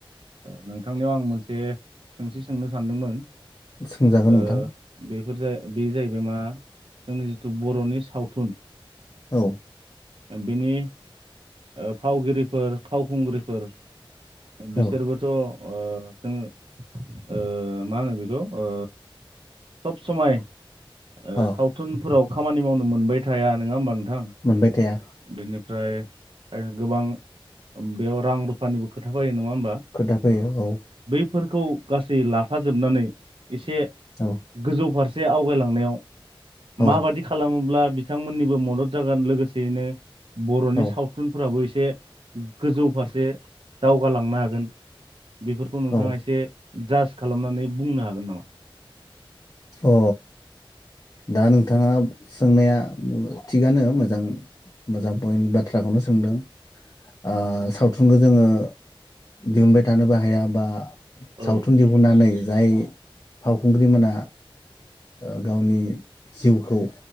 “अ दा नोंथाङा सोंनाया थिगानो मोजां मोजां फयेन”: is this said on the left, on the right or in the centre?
Left